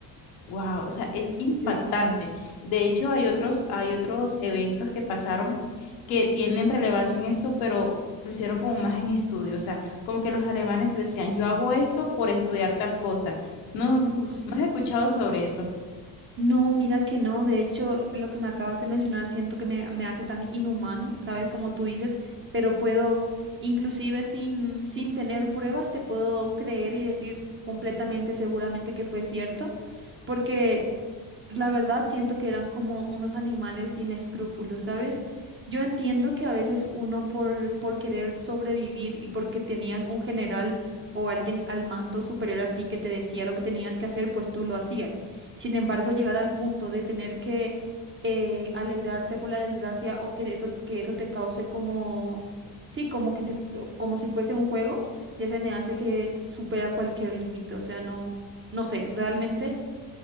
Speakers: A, on the left; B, on the right.
A: Wow, o sea, es impactante.
B: sí.
A: De hecho, hay otros, hay otros eventos que pasaron que tienen relevancia en esto, pero lo hicieron como más en estudio. O sea, como que los alemanes decían, yo hago esto por estudiar tal cosa. No, no
B: Uf.
A: has escuchado sobre eso.
B: No, mira que no. De hecho, lo que me acabas de mencionar siento que me, me hace tan inhumano, ¿sabes? Como tú dices, pero puedo, inclusive sin, sin tener pruebas, te puedo creer y decir completamente seguramente que fue cierto, porque la verdad, siento que eran como unos animales sin escrúpulos, ¿sabes? Yo entiendo que a veces uno por, por querer sobrevivir y porque tenías un general o alguien al mando superior a ti que te decía lo que tenías que hacer, pues tú lo hacías. Sin embargo, llegar al punto de tener que eh, alegrarte por la desgracia o que eso, que eso te cause como, sí, como que si fu- como si fuese un juego, ya se me hace que supera cualquier límite. O sea, no, no sé, realmente.